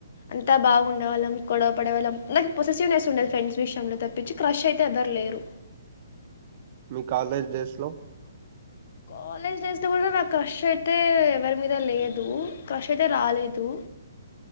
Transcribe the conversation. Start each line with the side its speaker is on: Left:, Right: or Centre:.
Left: అంతా బాగుండవాళ్ళం గొడవ పడే వాళ్ళం నాకు పొసిసివ్నెస్ ఉండేదు ఫ్రెండ్స్ విషయంలో తప్పించి క్రష్ అయితే ఎవ్వరు లేరు
Right: మీ కాలేజ్ డేస్ లో
Left: కాలేజ్ డేస్ లో కూడా నాకు క్రష్ అయితే ఎవరి మీద లేదు క్రష్అయితే రాలేదు